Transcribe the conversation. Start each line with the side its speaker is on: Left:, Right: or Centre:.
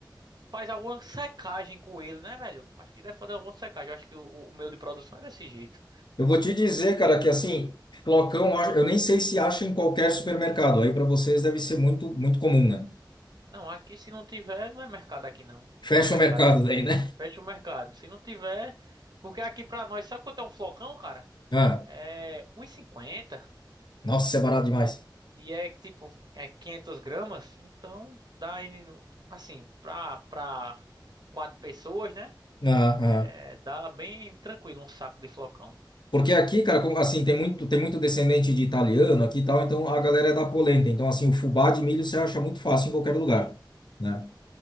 Right: faz alguma secagem com ele, né, velho? Acho que deve fazer alguma secagem. Eu acho que o, o meu de produção é desse jeito.
Left: Eu vou te dizer, cara, que assim, flocão, acho- eu nem sei se acha em qualquer supermercado. Aí para vocês deve ser muito, muito comum, né?
Right: Não, aqui se não tiver, não é mercado aqui não. Não
Left: Fecha
Right: tira o mercado
Left: o mercado
Right: daqui.
Left: daí, né?
Right: Fecha o mercado. Se não tiver, porque aqui pra nós, sabe quanto é um flocão, cara?
Left: Ah,
Right: É 1,50 e cinquenta
Left: nossa, é barato demais.
Right: e é tipo, é 500 gramas, então dá aí assim, pra, pra quatro pessoas, né?
Left: ah
Right: É,
Left: ah.
Right: dá bem tranquilo um saco de flocão.
Left: Porque aqui, cara, como, assim, tem muito, tem muito descendente de italiano aqui e tal, então a galera é da polenta. Então, assim, o fubá de milho você acha muito fácil em qualquer lugar, né?